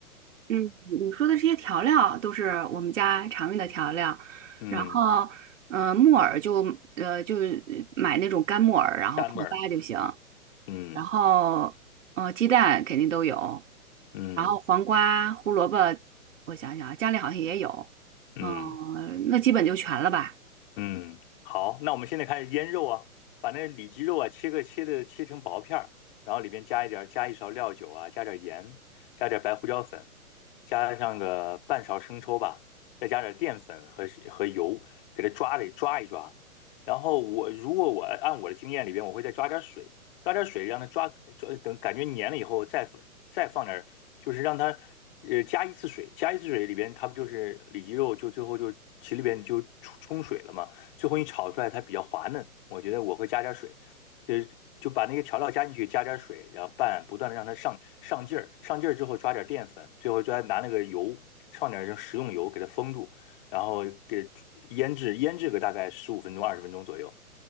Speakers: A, on the right (about 55°); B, on the left (about 35°).
A: 嗯，你说的这些调料都是我们家常用的调料，
B: 嗯，
A: 然后，嗯、呃木耳就呃就是买那种干木耳，然后泡发就行，
B: 单味儿，嗯
A: 然后，呃，鸡蛋肯定都有，
B: 嗯嗯。
A: 然后黄瓜、胡萝卜，我想想啊，家里好像也有，
B: 嗯
A: 嗯、那基本就全了吧。
B: 嗯，好，那我们现在开始腌肉啊，把那里脊肉啊切个切的切成薄片儿，然后里边加一点儿加一勺料酒啊，加点儿盐，加点儿白胡椒粉，加上个半勺生抽吧，再加点儿淀粉和和油，给它抓了抓一抓。然后我如果我按我的经验里边，我会再抓点儿水，抓点儿水让它抓抓，等感觉粘了以后再再放点儿，就是让它呃加一次水，加一次水里边它不就是里脊肉就最后就其里边就冲冲水了嘛。最后你炒出来它比较滑嫩，我觉得我会加点水，就是就把那个调料加进去，加点水，然后拌，不断的让它上上劲儿，上劲儿之后抓点淀粉，最后抓拿那个油放点这食用油给它封住，然后给腌制腌制个大概十五分钟二十分钟左右，